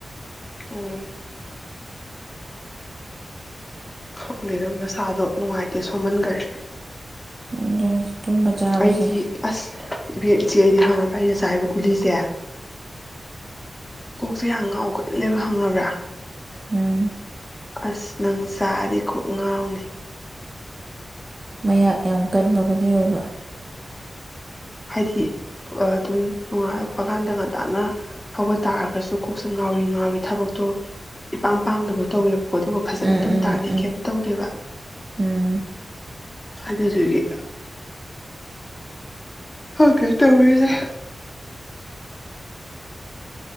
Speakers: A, on the left; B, on the right.
A: ꯎꯝ ꯈꯪꯅꯤꯅ ꯅꯁꯥꯗꯣ ꯅꯨꯡꯉꯥꯏꯇꯦ ꯁꯣꯝꯍꯟꯈꯔꯦ
B: ꯑꯗꯨꯅꯤ ꯇꯨꯝꯕ ꯆꯥꯕꯁꯦ
A: ꯑꯩꯒꯤ ꯑꯁ ꯏꯕ ꯏꯆꯦ ꯑꯩꯗꯤ ꯍꯪꯉꯕ꯭ꯔꯥ ꯑꯩꯅ ꯆꯥꯕ ꯒꯨꯂꯤꯁꯦ ꯀꯣꯛꯁꯦ ꯌꯥꯝ ꯉꯥꯎꯒꯠꯂꯦꯕ ꯍꯪꯉꯕ꯭ꯔꯥ
B: ꯎꯝ
A: ꯑꯁ ꯅꯪ ꯆꯥꯔꯤ ꯀꯣꯛ ꯉꯥꯎꯅꯤ
B: ꯃꯍꯥꯛ ꯌꯥꯝ ꯀꯟꯕ ꯒꯨꯜꯂꯤ ꯑꯣꯏꯕ
A: ꯍꯥꯏꯗꯤ ꯑꯗꯨꯝ ꯅꯣꯡꯉꯥꯜꯂꯛꯄ ꯀꯥꯟꯗ ꯉꯟꯇꯥꯅ ꯍꯧꯒꯠ ꯇꯥꯔꯒꯁꯨ ꯀꯣꯛꯁ ꯉꯥꯎꯔꯤ ꯉꯥꯎꯔꯤ ꯊꯕꯛꯇꯣ ꯏꯄꯥꯡ ꯄꯥꯡꯗꯕꯗꯣ ꯇꯧꯋꯦꯕ ꯑꯣ ꯑꯗꯨꯒ ꯐꯖꯅ
B: ꯎꯝ
A: ꯑꯗꯨꯨꯝ
B: ꯎꯝ
A: ꯇꯥꯔꯗꯤ
B: ꯎꯝ
A: ꯀꯩꯝ ꯇꯧꯒꯦꯕ
B: ꯎꯝ
A: ꯑꯗꯨꯗ ꯑꯗꯨꯒꯦ ꯀꯩ ꯇꯧꯔꯤꯁꯦ